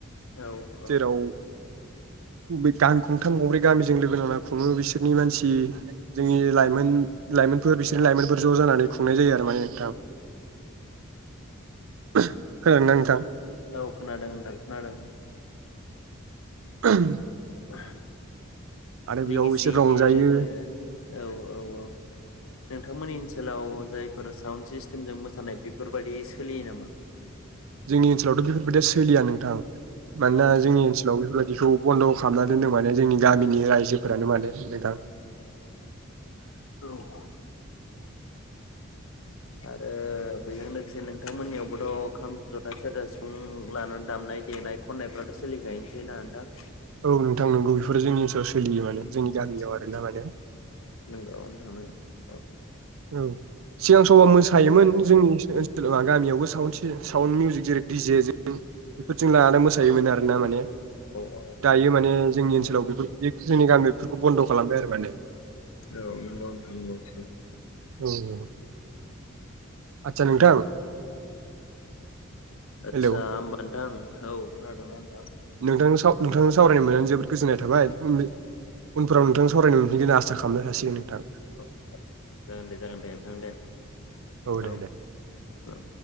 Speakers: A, on the left; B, on the right.
A: औ औ
B: जेराव बे गान गंथाम गंब्रै गामिजों लोगो नांना खुङो बिसोरनि मानसि जोंनि लाइमोन लाइमोनफोर बिसोरनि लाइमोनफोर ज' जानानै खुंनाय जायो आरो माने नोंथां। खोनादो ना नोंथां?
A: औ खोनादों होनदों खोनादों।
B: <unintelligible>
A: उहा
B: आरो बेयाव
A: लेगैसेयैनो
B: एसे रंजायो
A: औ औ औ नोंथांमोननि ओनस सोलाव जायफोर साउन्ड सिस्टेमजों मोसानाय बेफोरबादि सोलियो नामा?
B: जोंनि ओनसोलावथ' बेफोरबायदिया सोलिया नोंथां। मानोना
A: औ औ
B: जोंनि ओनसोलाव बेफोरबायदिखौ बन्द' खालामना दोनदों माने जोंनि गामिनि रायजोफोरानो माने नोंथां।
A: औ अ आरो ओ बेयो नोगसेनो नोंथांमोननियावबोथ' खाम, जथा, सेरजा, सिफुं लानानै दामनाय देनाय खननायफ्राथ' सोलिखायनोसै ना नोंथां?
B: औ नोंथां नोंगौज बेफोर जोंनि ओनसोलाव सोलियो माने जोंनि गामियाव
A: आदसा
B: आरोना माने
A: नंगौ नोंथां औ
B: औ सिगां समाव मोसायोमोन जोंनि ओनसो-ओनसो सोल बा गामियावबो साउन्ड सि साउन्ड मिउजिक जेरै डिजे जों बेफोरजों लानानै मोसायोमोन आरो ना माने
A: औ औ
B: दायो
A: औ
B: माने जोंनि ओनसोलाव बेफोर बे जोंनि गामि बेफोरखौ बन्द' खालामबाय आरो माने
A: नंगौ नोंथां नंगौ थिगानो
B: औ अ आचसा नोंथां
A: आतसा
B: हेलौ
A: ओमबा नोंथां औ खोनादोमोन
B: नोंथांनो सब नोंथां सावरायनो मोननानै जोबोद गोजोन्नाय थाबाय उम नों उनफोराव नोंथांजों सावरायनो मोनफिनगोन आसा खालामनाय थासिगोन नोंथां।
A: औ आदसा आदसा जागोन दे जागोन दे नोंथां दे औ
B: दे दे।
A: औ